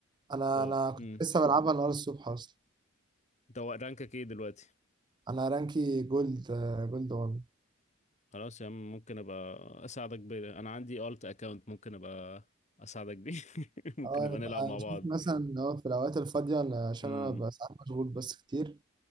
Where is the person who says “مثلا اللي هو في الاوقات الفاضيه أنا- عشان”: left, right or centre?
Right